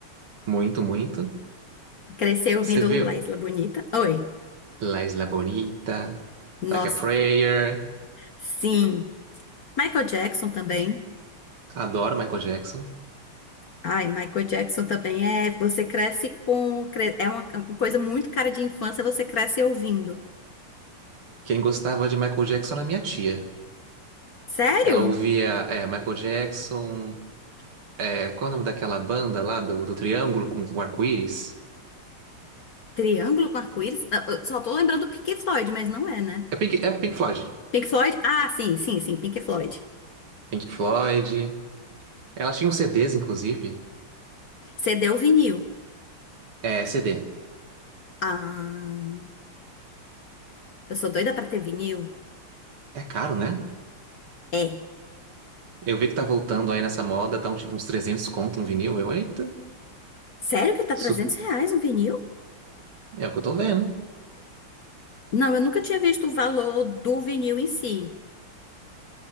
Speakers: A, on the right; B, on the left.
A: muito, muito.
B: Cresceu ouvindo
A: Você viu
B: La Isla Bonita. Oi.
A: La Isla Bonita,
B: Nossa.
A: Like a Prayer,
B: Sim. Michael Jackson também.
A: adoro Michael Jackson.
B: Ai, Michael Jackson também é. Você cresce com. cre- É uma é uma coisa muito cara de infância, você cresce ouvindo.
A: Quem gostava de Michael Jackson era minha tia.
B: Sério?
A: Ela ouvia é, Michael Jackson, é, qual é o nome daquela banda lá do, do Triângulo com o arco-íris?
B: Triângulo com arco-íris? Ah, eu Só tô lembrando do Pink Floyd, mas não é, né?
A: É Pink, é Pink Floyd.
B: Pink Floyd? Ah, sim, sim, sim, Pink Floyd.
A: Pink Floyd. Ela tinha uns CDs, inclusive.
B: CD ou vinil?
A: É, CD.
B: Ah. Eu sou doida pra ter vinil?
A: É caro, né?
B: É.
A: Eu vi que tá voltando aí nessa moda, tá um, tipo uns 300 conto um vinil. Eu, eita,
B: Sério que tá
A: isso
B: 300 reais um vinil?
A: é o que eu tô vendo.
B: Não, eu nunca tinha visto o valor do vinil em si.